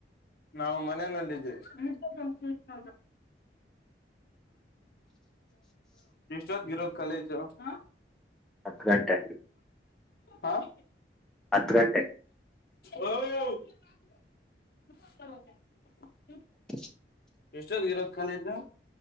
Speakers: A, on the left; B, in the centre.
A: ನಾವು ಮನೆನಲ್ಲಿ ಇದಿವಿ. <unintelligible> ಎಷ್ಟೊತ್ತಿಗ ಇರೋದ. ಕಾಲೇಜು ಹಾ
B: ಹತ್ತು ಗಂಟೆ
A: ಹ
B: ಹತ್ತು ಗಂಟೆ
A: ಓ <unintelligible> <unintelligible>
B: <inaudible>
A: ಎಷ್ಟೊತ್ತಿಗ ಇರೋದು ಕಾಲೇಜು